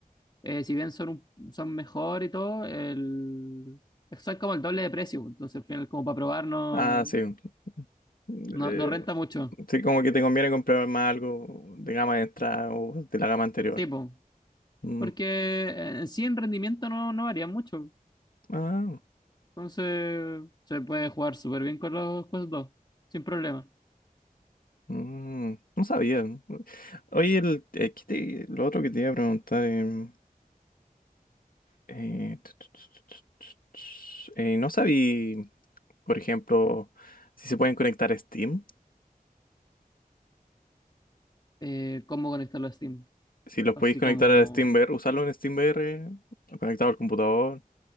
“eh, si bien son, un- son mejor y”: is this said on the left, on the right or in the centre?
Left